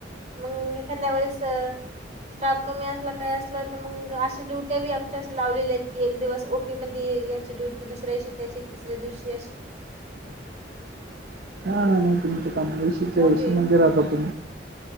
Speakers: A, on the right; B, on the right.
A: मंग एखाद्या वेेळेस स्टांफ कमी असलां कायं असलां तरं मंग डुटी आमच्याे लावलेल्यां आहेतं की एक दिवस ओटी मं यांची ड्युटी दुसऱ्यांनी त्यांची तिसऱ्यां दिवशीअंशी
B: हां नाऊही तुमच्यां कमपेच्यांशी म्हणजे
A: ओटी
B: मंदिरांत जातो